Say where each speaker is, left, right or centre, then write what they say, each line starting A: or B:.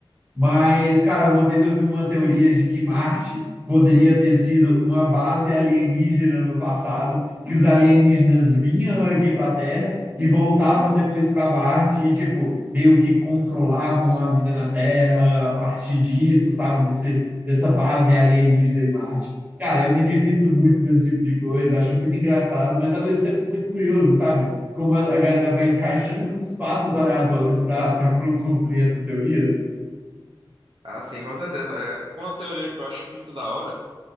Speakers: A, on the right (about 20°); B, on the right (about 65°).
A: Mas, cara, uma vez eu vi uma teoria de que Marte poderia ter sido uma base alienígena no passado, que os alienígenas vinham aqui para a Terra e voltavam depois para Marte e, tipo, meio que controlavam a vida na Terra a partir disso, sabe? Desse, dessa base alienígena em Marte. Cara, eu me divirto muito com esse tipo de coisa, acho muito engraçado, mas ao mesmo tempo muito curioso, sabe? Como a a galera vai encaixando uns fatos aleatórios para para construir essas teorias.
B: Ah, sim, com certeza. É uma teoria que eu acho muito da hora